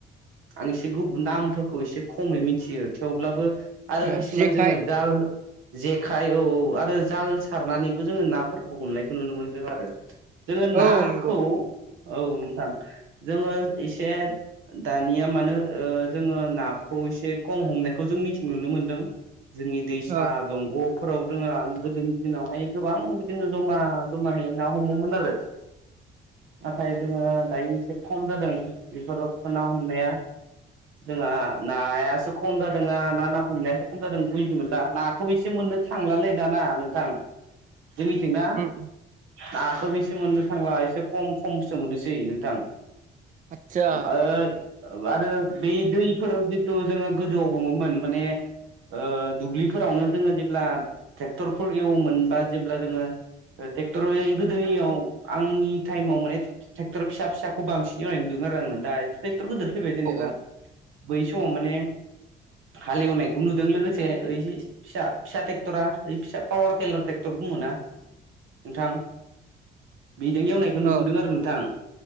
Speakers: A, on the right; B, on the right.
A: आं एसे गुबुन नामफोरखौ एसे खमै मिथियो थेवब्लाबो आरो
B: ओ
A: खिसुमान
B: जेखाइ
A: जोङो दाल जेखाइ औ औ आरो जाल सारनानैबो जोङो नाफोरखौ हमनायखौ नुनो मोनदों आरो जोङो नाखौ
B: औ नंगौ
A: औ नोंथां जोङो एसे दानिया मानो ओ जोङो नाखौ एसे खम हमनायखौ जों मिथिं नुनो मोनदों जोंनि दैसा
B: ओ
A: दंग' फोराव जोङो गोदोनि दिनावहाय गोबां बिदिनो जमा जमा हैै ना हमोमोन आरो
B: <inaudible>
A: नाथाय जोङो दायो एसे खम जादों बेफोर ना हमनाया जोंहा नायासो खम जादोंना ना ना हमनायासो खम जादों बुजिदों मोनला नाखौ एसे मोननो थांलालै दाना नोंथां जोंनिथिंना
B: उम उम
A: नाखौ मि एसे मोननो थांला एसे खम खमसो मोनोसै नोंथां
B: आतसा
A: आरो बे दैफोराव तु जोङो गोदोआव हमोमोन माने ओ दुब्लिफोरावनो जोङो जेब्ला ट्रेक्टरफोर एवोमोनबा जेब्ला जोङो ट्रेक्टरै गोदोनियाव आंनि टाइमाव माने ट्रेक्टर फिसा फिसाखौ बांसिन एवयनाय नुदों आरो आङो दा ट्रेक्टर गोदोर फैबाय जेनेबा
B: औ
A: बै समाव माने हालेवनायखौ नुदों लोगोसे ओ फिसा फिसा ट्रेक्टरा ऐ पावार टेलार ट्रेक्टर बुङोना नोंथां बिदों एवनायखौ
B: औ
A: नुबोदों आरो नोंथां